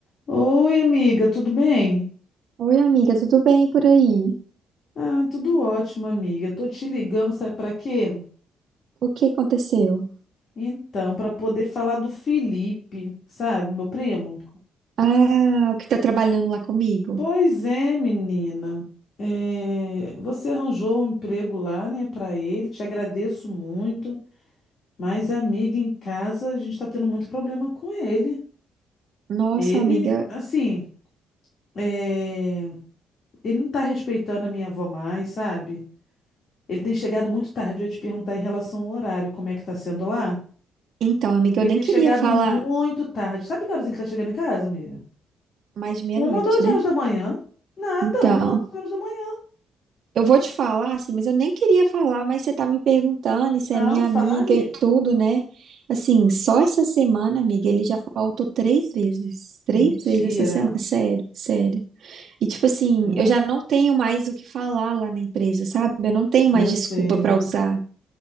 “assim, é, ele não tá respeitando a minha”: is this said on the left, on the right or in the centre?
Left